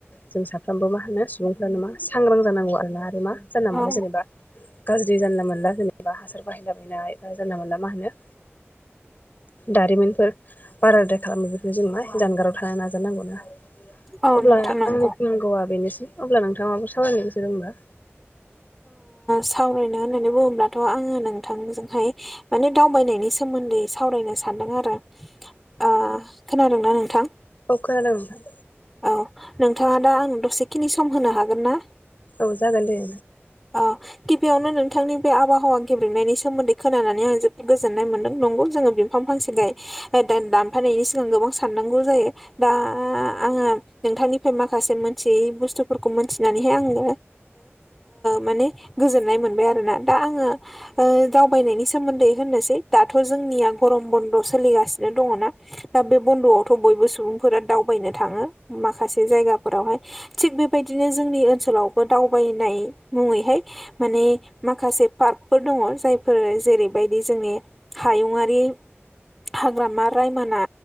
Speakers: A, on the left; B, in the centre.
A: जों साफ्रोमबो मा होनो सुबुंफ्रानो मा सांग्रां जानांगौ आरोना आरो मा जानला मोनला
B: औ
A: जेनेबा गाज्रि जानला मोनला जेनेबा हासार बाहायलाबायनाय बा जानला मोनला मा होनो दारिमिनफोर बाराद्राय खालामो बेफोरनो जों मा जानगाराव थानो नाजानांगौना
B: औ
A: अब्ला
B: नोंथां नंगौ
A: आंनि बुंनांगौआ बेनोसै अब्ला नोंथाङाबो सामायनो गोसो दंबा
B: सावरायनो होननानै बुङोब्लाथ' आङो नोंथांजोंहाय माने दावबायनायनि सोमोन्दै सावरायनो सानदों आरो आ खोनादोंना नोंथां।
A: औ खोनादों नोंथां।
B: औ नोंथाङा दा आं दसेखिनि सम होनो हागोन ना
A: औ जागोन दे
B: औ गिबियावनो नोंथांनि बे आबहावा गेब्रेंनायनि सोमोन्दै खोनानानै आं जोबोद गोजोननाय मोनदों नंगौ जोङो दफां फांसेगाय दानफानायनायनि सिगां गोबां साननांगौ जायो। दा आङो नोंथांनिफ्राय माखासे मोनथियै बुस्थुफोरखौ मोनथिनानैहाय आङो माने गोजोननाय मोनबाय आरोना दा आङो दावबायनायनि सोमोन्दै होननोसै दाथ' जोंनिया गरम बन्द' सोलिगासिनो दङना दा बे बन्द'आवथ' बयबो सुबुंफोरा दावबायनो थाङो माखासे जायगाफोरावहाय थिग बेबायदिनो जोंनि ओनसोलावबो दावबायनाय मुङैहाय माने माखासे पार्कफोर दङ जायफोर जेरैबायदि जोंनि हायुंआरि हाग्रामा रायमना